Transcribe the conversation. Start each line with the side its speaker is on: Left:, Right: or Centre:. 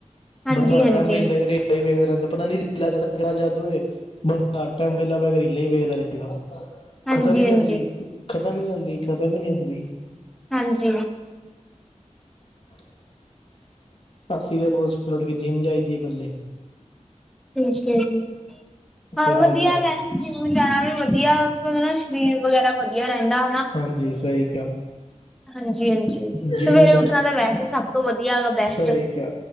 Centre: ਹਾਂਜੀ-ਹਾਂਜੀ,
Left: ਬੰਦਾ ਟਾਈਮਰੇ ਲਾਇਗੜੀ। ਰੀਲਾ ਵੇਖਦਾ ਰਹਿੰਦਾ, ਪਤਾ ਨੀ ਰੀਲਾ ਸਾਲਾ ਕਿਹੜਾ ਜਾਦੂਏ ਬੰਦਾ ਹਰ ਟਾਈਮ ਬਹਿ ਕੇ ਰੀਲਾ ਹੀ ਵੇਖਦਾ ਰਹਿੰਦਾ।
Centre: ਹਾਂਜੀ-ਹਾਂਜੀ,
Left: ਖ਼ਤਮ ਈ ਨੀ ਹੁੰਦੀ,
Centre: ਹਾਂਜੀ
Left: ਖ਼ਤਮ ਈ ਨੀ ਹੁੰਦੀ, ਖ਼ਤਮ ਈ ਨੀ ਹੁੰਦੀ
Centre: ਹਾਂਜੀ।
Left: ' <inaudible> ਅੱਸੀ ਦਿਨ ਬੱਸ ਫਿਰ ਕੇ ਓਠ ਕੇ ਜਿੰਮ ਜਾਈਦੀ ਏ, ਪਹਿਲੇ
Centre: ਠੀਕ ਐ ਜੀ ਹਾਂ
Left: ਫਿਰ
Centre: ਵਧੀਆ
Left: ਆ ਕੇ
Centre: ਮੈ ਜਿੰਮ ਜਾਣਾ ਵੀ ਵਧੀਆ ਉਦੇ ਨਾਲ ਸਰੀਰ ਵਗੈਰਾ ਵਧੀਆ ਰਹਿੰਦਾ।
Left: ਹਾਂਜੀ ਸਹੀ ਕਿਹਾ।
Centre: ਹਾਂਜੀ-ਹਾਂਜੀ
Left: ਜਿਮ
Centre: ਸਵੇਰੇ
Left: ਜਾ
Centre: ਉੱਠਣਾ ਤਾਂ ਵੈਸੇ ਹੀ ਸਭ ਤੋਂ ਵਧੀਆ ਹੈਗਾ ਬੈਸਟ।
Left: ਸਹੀ ਕਿਹਾ